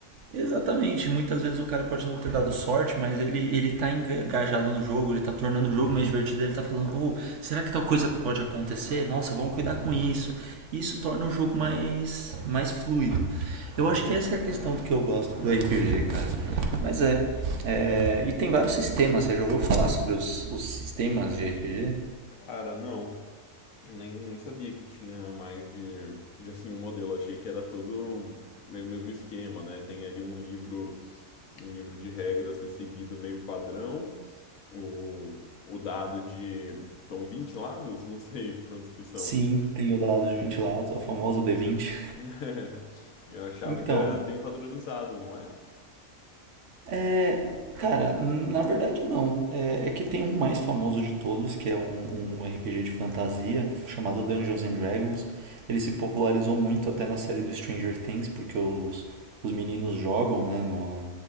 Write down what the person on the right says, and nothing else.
Exatamente, muitas vezes o cara pode não ter dado sorte, mas ele, ele tá engajado no jogo, ele tá tornando o jogo mais divertido, ele tá falando, oh, será que tal coisa pode acontecer? Nossa, vamos cuidar com isso. Isso torna o jogo mais, mais fluido. Eu acho que essa é a questão do que eu gosto do RPG, cara. Mas é, é, e tem vários sistemas, você já ouviu falar sobre os, os sistemas de RPG?
Sim, tem o dado de vinte lados, o famoso d vinte
Então,
É, cara, na verdade não. É, é que tem um mais famoso de todos, que é um, um RPG de fantasia chamado Dungeons and Dragons. Ele se popularizou muito até na série do Stranger Things, porque os, os meninos jogam, né, no,